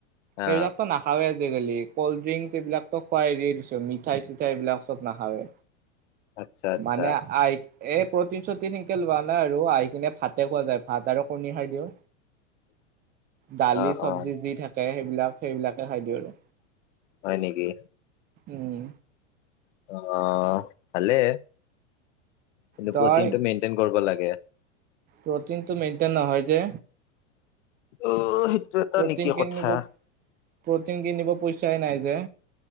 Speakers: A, on the left; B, on the right.
A: হা
B: সেইবিলাকতো নাখাৱেই আজিকালি কল্ড ড্ৰিংক এইবিলাকো খুৱাই দিয় দিছো মিঠাই চিঠাইবিলাক চব নাখাৱেই
A: আচ্ছা আচ্ছা
B: মানে আহ এই প্ৰতিন সতিন এই লোৱা নাই আৰু আহি কিনে ভাতে খোৱা যায় ভাত আৰু কণী খাই দিওঁ দালি
A: অ
B: চবজি
A: অ
B: যি থাকে সেইবিলাক সেইবিলাকে খাই দিওঁ আৰু
A: হয় নেকি
B: উম।
A: অ ভালে কিন্তু
B: তই
A: প্ৰটিনটো মেইনটেইন কৰিব লাগে
B: প্ৰটিনটো মেইনটেইন নহয় যে
A: অ সেইটো এটা
B: প্ৰটিন
A: নেকি
B: কিনিব
A: কথা
B: প্ৰটিন কিনিব পইচাই নাই যে